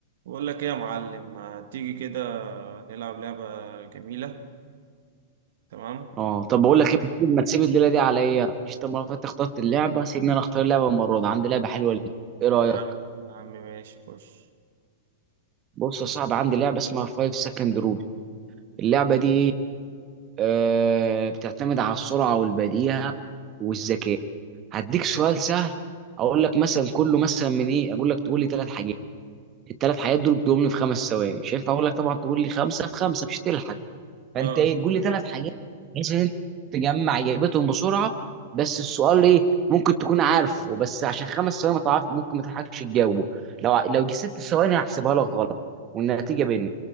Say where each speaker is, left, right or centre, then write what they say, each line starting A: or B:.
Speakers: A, on the right; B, on the right.
A: بقول لك ايه يا معلم ما تيجي كده نلعب لعبة جميلة تمام
B: اه طب بقول لك ايه ما تسيب ما تسيب الليله دي عليا مش طب ما فاتت اخترت اللعبه سيبني انا اختار اللعبه المره دي عندي لعبه حلوه ليك ايه رايك
A: يا عم يا عم ماشي خش
B: بص يا صاحبي عندي لعبه اسمها 5 سكند رول اللعبه دي ايه آه بتعتمد على السرعه والبديهه والذكاء هديك سؤال سهل اقول لك مثلا كله مثلا من ايه اقول لك تقول لي ثلاث حاجات الثلاث حاجات دول بيقوم لي في خمس ثواني مش هينفع اقول لك طبعا تقول لي خمسه في خمسه مش هتلحق فانت
A: يلا
B: ايه تقول لي ثلاث حاجات بحيث ان انت تجمع اجابتهم بسرعه بس السؤال ايه ممكن تكون عارفه بس عشان خمس ثواني ما تعرف ممكن ما تلحقش تجاوبه لو ع- لو جه ست ثواني هحسبها لك غلط والنتيجه بيننا